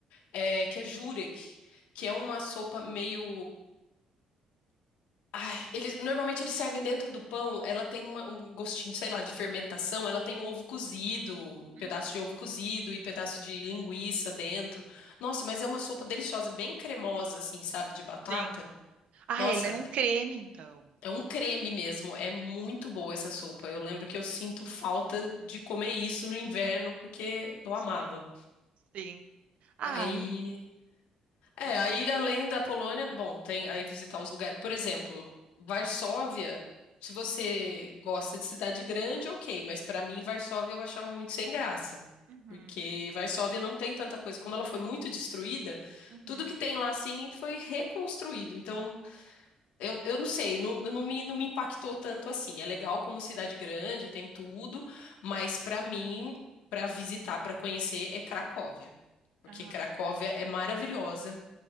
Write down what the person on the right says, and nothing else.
Hum,
sim. Ah,
ele é um creme, então.
Sim,
sim. Ah,
legal.
Uhum,
uhum.
Ah,